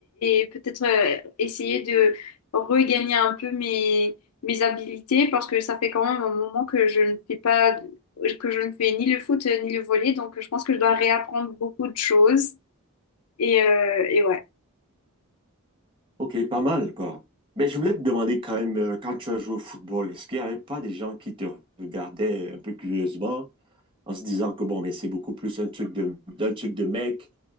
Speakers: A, on the left; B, on the right.
A: et peut-être euh, essayer de regagner un peu mes, mes habilités parce que ça fait quand même un moment que je ne fais pas, que je ne fais ni le foot euh, ni le volley, donc je pense que je dois réapprendre beaucoup de choses et, euh, et ouais.
B: Ok, pas mal quoi. Mais je voulais te demander quand même, euh, quand tu as joué au football, est-ce qu'il n'y avait pas des gens qui te regardaient un peu curieusement en se disant que bon, mais c'est beaucoup plus un truc de, d'un truc de mec?